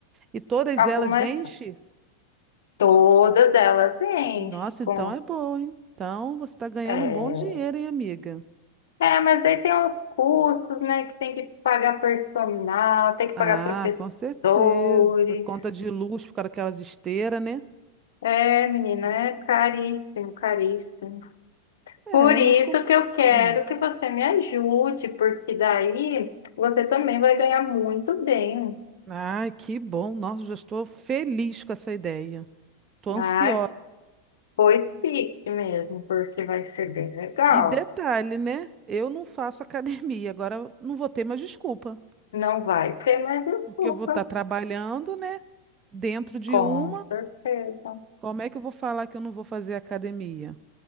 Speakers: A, on the right; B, on the left.
A: e todas
B: algumas
A: elas enchem.
B: todas elas enchem
A: Nossa,
B: com
A: então é bom, hein? Então você está ganhando
B: é,
A: um bom dinheiro, hein, amiga?
B: é, mas aí tem os custos, né, que tem que pagar personal, tem que pagar
A: Ah,
B: professores.
A: com certeza. Conta de luz por aquelas daquelas esteiras, né?
B: É, menina, é caríssimo, caríssimo.
A: É,
B: Por isso
A: mas como.
B: que eu quero
A: Hum.
B: que você me ajude, porque daí você também vai ganhar muito bem.
A: Ai, que bom. Nossa, já estou feliz com essa ideia. Estou ansiosa.
B: Ai, pois fique mesmo, porque vai ser bem legal.
A: E detalhe, né? Eu não faço academia, agora eu não vou ter mais desculpa.
B: Não vai ter mais desculpa,
A: Porque eu vou estar trabalhando, né? Dentro de
B: com
A: uma,
B: certeza.
A: como é que eu vou falar que eu não vou fazer academia?